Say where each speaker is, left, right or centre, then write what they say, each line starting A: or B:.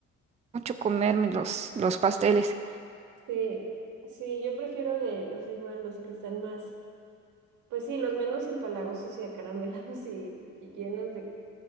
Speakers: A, on the right; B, on the right.
A: mucho comerme los, los pasteles.
B: sí, sí, yo prefiero de, o sea, igual los que están más, pues sí, los menos empalagosos y acaramelados y, y llenos de